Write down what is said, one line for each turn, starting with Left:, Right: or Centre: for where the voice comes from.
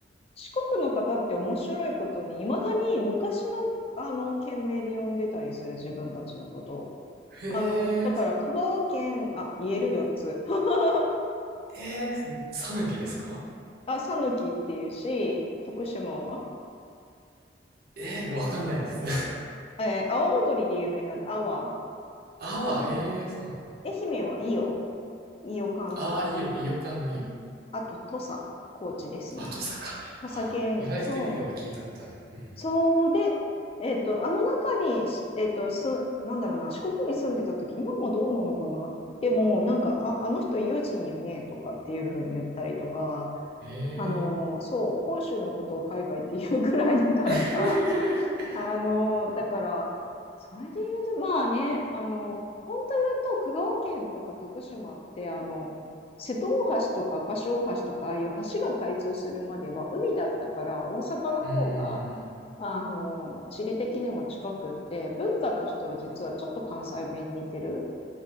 Left: 四国の方って面白いことに、いまだに昔の、あの、県名で呼んでたりする、自分たちのことを。
Right: へ
Left: あの、だから香川県、
Right: え、
Left: あ、言える4つ。<laughs>
Right: えー、さぬきですか
Left: あ、さぬきっていうし、徳島は
Right: えー、わかんないです。
Left: えー、阿波踊りで有名な阿波。
Right: <laughs> あは、
Left: で
Right: へえ、そうなんだ。
Left: 愛媛は伊予、伊予館とか、
Right: ああ、いいよ、いよかんのいいよ。
Left: あと土佐、高知ですね。
Right: あ、とさか。
Left: 土佐犬、
Right: あ、言われてみれば聞いたことある。
Left: そう。
Right: うん。
Left: そうで、えっと、あの中に、しえっと、す、なんだろうな、四国に住んでた時、今もどうなのかな。でも、なんか、あ、あの人、伊予人やね、とかっていう風に言ったりとか、
Right: へえ。
Left: あのーそう、本州のことを海外っていうぐらいだからさ、
Right: <laughs>
Left: あの、だから、それで言うと、まあね、あの、本当言うと、香川県とか徳島って、あの、瀬戸大橋とか柏大橋とか、ああいう橋が開通するまでは海だったから、大阪の方が、
Right: うーん。
Left: あの、地理的にも近くって、文化としては実はちょっと関西弁に似てる